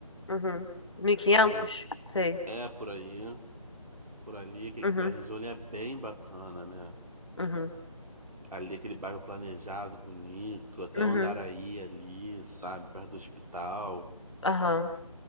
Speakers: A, on the left (about 50°); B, on the right (about 80°).
A: Uhum. mil e
B: sabe?
A: quinhentos, Sei.
B: É por aí. por ali, que aquela
A: Uhum.
B: região ali é bem bacana, né?
A: Uhum.
B: Ali aquele bairro planejado, bonito, até
A: Uhum.
B: o Andaraí ali, sabe? Perto do hospital,
A: Aham.